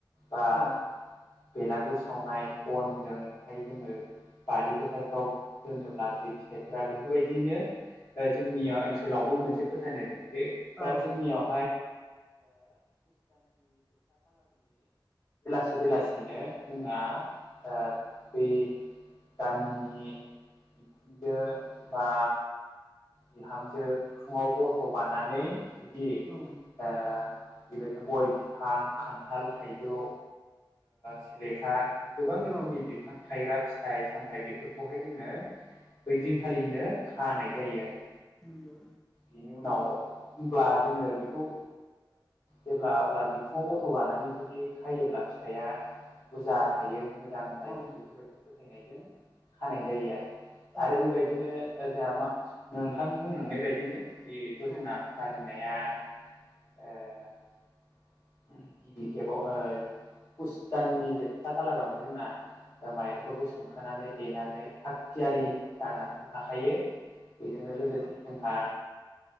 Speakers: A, on the left (about 40°); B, in the centre.
A: बा
B: औ
A: बेलागुर सावनाय बनजोंहाय जोङो। बारि फोथारफ्राव दोनोब्ला जे फिथाइफोरा बेफोरबायदिनो जोंनिया ओनसोलावबो मोनसे फोथायनाय दंथे बा
B: औ
A: जोंनिया ज एसे बेलासिनो जोंना बै गामिनि। बिखुनदो बा बिहामजो बिखुङाव गथ' बनानै जुदि।
B: औ।
A: बेबायदिनो गय बिफां खान्थाल थाइजौ। सेलेखा गोबां रोखोमनि
B: औ
A: बिफां। थायग्रा फिथाइ सामथायाइ बेफोरखौहाय जोंनो ओैदिनखालिनो खानाय जायो आरो
B: नोंगौ।
A: बेनि उनाव होनब्ला जोङो बेखौ। जेब्ला अब्ला बिखुङाव गथ' बानानै जुदि खायोब्ला फिथाइया। बुरजा थायो मोजां जायो
B: औ
A: बेफोरबायदि फोथायनायजों खानाय जायो आरो
B: औ
A: आरो बेबायदिनो। जोंहा मा नोंथां बुंननाय बायदिनो बेथ'
B: औ
A: जोंना फालिनाया ए गिबि खेबाव हुस दाननि जोबथा खालारावनो जोंना माइरंफोरखौ सोमखानानै देनानै थाग थियारि जानानानै थाखायो बेदिल ग जोंहा